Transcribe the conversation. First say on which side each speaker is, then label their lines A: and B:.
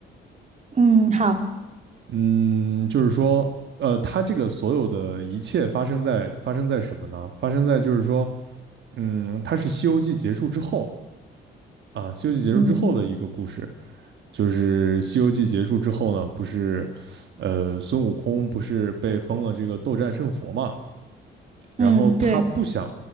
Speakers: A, on the right; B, on the right.
A: 嗯，好，
B: 嗯，就是说，呃，他这个所有的一切发生在发生在什么呢？发生在就是说，嗯，他是《西游记》结束之后啊，《西游记》结束之后的一个故事。
A: 嗯
B: 就是《西游记》结束之后呢，不是，呃，孙悟空不是被封了这个斗战胜佛嘛？然后他不想，
A: 嗯，对，